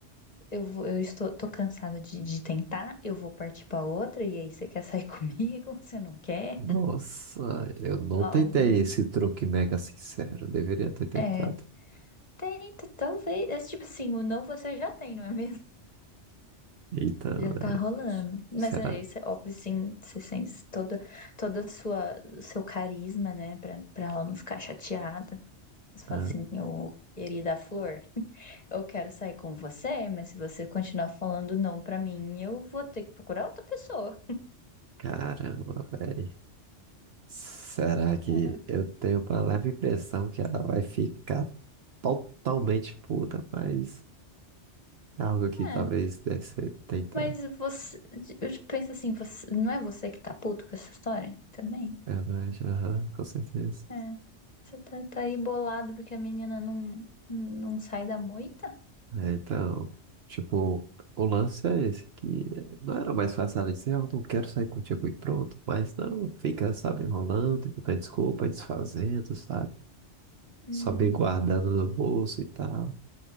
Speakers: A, on the left (about 35°); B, on the right (about 65°).
A: eu vou, eu estou, tô cansada de, de tentar, eu vou partir pra outra, e aí você quer sair <laughs> comigo? Você não quer?
B: Nossa, eu não
A: Algum.
B: tentei esse truque mega sincero. Deveria ter tentado.
A: É, tenta, talvez. É tipo assim, o não você já tem, não é mesmo?
B: Então,
A: Já tá
B: né?
A: rolando. Mas
B: Será?
A: aí, cê, óbvio, sim, você sente toda, toda a sua, seu carisma, né? Pra, pra ela não ficar chateada. Você fala
B: Ah,
A: assim, ô, querida Flor, eu quero sair com você, mas se você continuar falando não pra mim, eu vou ter que procurar outra pessoa.
B: caramba, velho. Será que
A: É,
B: eu tenho uma leve impressão que ela vai ficar totalmente puta, mas. Algo que
A: é.
B: talvez deve ser tentar.
A: Mas você, eu penso assim, você, não é você que tá puto com essa história? Também?
B: Verdade, aham, com certeza.
A: É. Você tá, tá aí bolado porque a menina não, não sai da moita?
B: É, então, tipo, o lance é esse, que não era mais fácil ela dizer, eu não quero sair contigo e pronto, mas não, fica, sabe, enrolando, tentando desculpa, desfazendo, sabe?
A: Uhum.
B: Só bem guardando no bolso e tal.